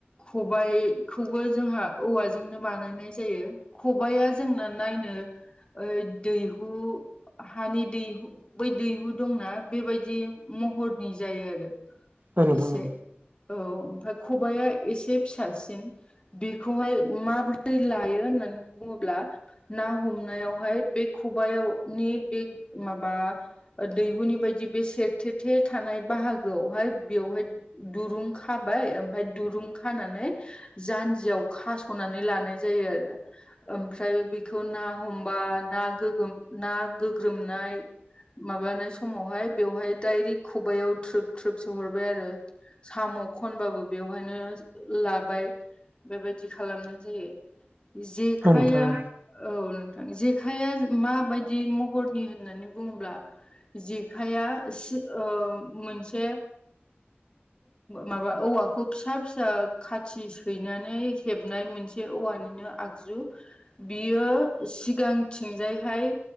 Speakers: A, on the left (about 25°); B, on the right (about 50°).
A: खबाइखौबो जोंहा औवाजोंनो बानायनाय जायो। खबाइया जोंना नायनो ओइ दैहु हानि दैहु बै दैहु दंना बेबायदि महरनि जायो आरो
B: औ नोंथां
A: एसे
B: औ
A: औ ओमफ्राय खबाइआ एसे फिसासिन बेखौहाय माबोरै लायो होननानै बुंङोब्ला ना हमनायावहाय बे खबाइनि बे माबा दैहुनि बायदि बे सेरथे थे थानाय बाहागोआवहाय बेवहाय दुरुं खाबाय ओमफफ्राय दुरुं खानानै जान्जियाव खास'नानै लानाय जायो आरो ओमफ्राय बेखौ ना हमबा ना गोगोम ना गोग्रोमनाय माबानाय समावहाय बेवहाय दडाइरेक्ट खबाइयाव दोप थ्रोब सोहरबाय आरो साम' खनबाबो बेवहायनो लाबाय बेबायदि खालामनाय जायो जेखाइया
B: औ नोंथां औ
A: औ नोंथां जेखाइआ माबायदि महरनि होननानै बुंङोब्ला जेखाइया से ओ मोनसे माबा औवाखौ फिसा फिसा खाथि सैनानै हेबनाय मोनसे औवानिनो आगजु बियो सिगांथिंजायहाय